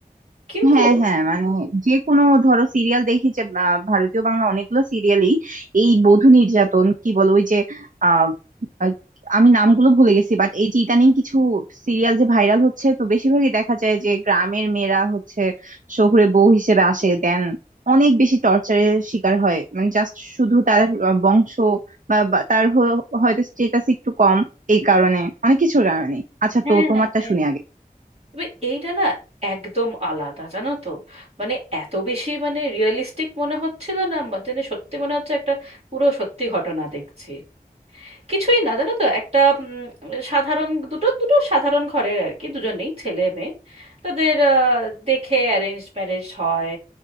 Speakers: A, on the right; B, on the right.
A: কিন্তু
B: হ্যাঁ হ্যাঁ মানে যে কোনো ধরো সিরিয়াল দেখি যে আহ, ভারতীয় বাংলা অনেকগুলো সিরিয়ালই এই বধূ নির্যাতন কি বলো ওই যে আহ, আহ, আমি নামগুলো ভুলে গেছি বাট এই যে ইদানিং কিছু সিরিয়াল যে ভাইরাল হচ্ছে তো বেশিরভাগই দেখা যায় যে গ্রামের মেয়েরা হচ্ছে শহুরে বউ হিসেবে আসে দেন অনেক বেশি টর্চারের শিকার হয় মানে জাস্ট শুধু তার আহ, বংশ বা বা তার হ- হয়তো স্টেটাস একটু কম এই কারণে অনেক কিছুর কারণে আচ্ছা
A: হ্যাঁ
B: তো তোমারটা
A: হ্যাঁ
B: শুনে আগে
A: তবে এইটা না একদম আলাদা জানো তো মানে এত বেশি মানে রিয়েলিস্টিক মনে হচ্ছিল না মানে যেন সত্যি মনে হচ্ছে একটা পুরো সত্যি ঘটনা দেখছি কিছুই না জানো তো একটা উম, সাধারণ দুটো দুটো সাধারণ ঘরের আর কি দুজনেই ছেলে মেয়ে তাদের আহ, দেখে অ্যারেঞ্জ ম্যারেজ হয়